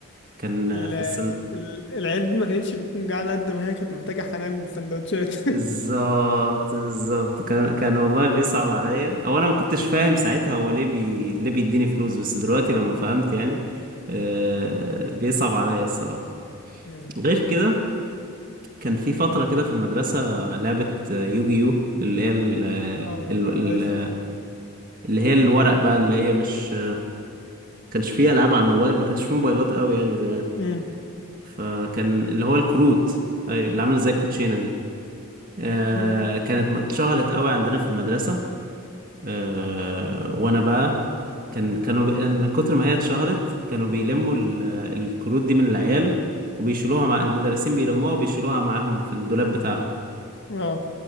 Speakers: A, on the right; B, on the left.
A: كان
B: ال...
A: في السن...
B: ال... العيال دي ما كانتش بتكون جعانة قد ما هي كانت محتاجة حنان من السندوتشات
A: بالظبط بالظبط كان كان والله بيصعب عليا او انا ما كنتش فاهم ساعتها هو ليه بي... ليه بيديني فلوس بس دلوقتي لما فهمت يعني آه... بيصعب عليا الصراحه
B: <laughs>
A: غير كده كان في فتره كده في المدرسه لعبه آه، يوجي يو اللي هي ال... ال...
B: اه عارف
A: ال... اللي هي الورق بقى اللي هي مش كانش فيه العاب على الموبايل ما كانش فيه موبايلات قوي يعني زمان
B: امم
A: فكان اللي هو الكروت ايوه اللي عامله زي الكوتشينه دي آه...
B: أمم.
A: كانت م- اتشهرت قوي عندنا في المدرسه آه، وانا بقى كان كانوا بي... يعني من كتر ما هي اتشهرت كانوا بيلموا ال- الكروت دي من العيال وبيشيلوها مع المدرسين بيلموها وبيشيلوها معاهم في الدولاب بتاعهم
B: اه